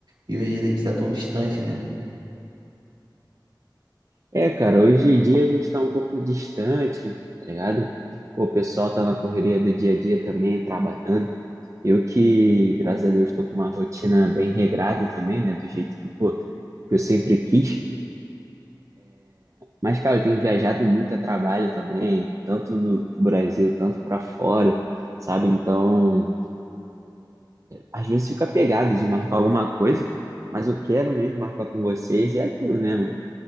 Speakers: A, on the right; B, on the right.
A: E hoje a gente tá tão distante, né?
B: É, cara, hoje em dia a gente tá um pouco distante, tá ligado? Pô, o pessoal tá na correria do dia a dia também, trabalhando Eu que, graças a Deus, estou com uma rotina bem regrada também, né? Do jeito que, pô, que eu sempre quis. Mas, cara, eu tenho viajado muito a trabalho também, tanto do pro Brasil, tanto para fora, sabe? Então, às vezes fica pegado de marcar alguma coisa, mas eu quero mesmo marcar com vocês e é aquilo, né, mano?